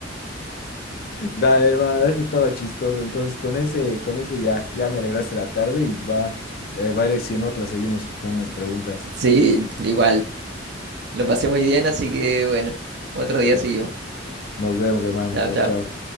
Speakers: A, on the left; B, on the right.
A: Dale, hermano, eso estaba chistoso. Entonces, con ese, con ese ya, ya me alegraste la tarde y va, pues, eh, va a ver si en otra seguimos con unas preguntas.
B: Sí, igual. Lo pasé muy bien, así que bueno, otro día seguimos.
A: Nos vemos, hermano.
B: Chao,
A: Chao,
B: chao.
A: chao.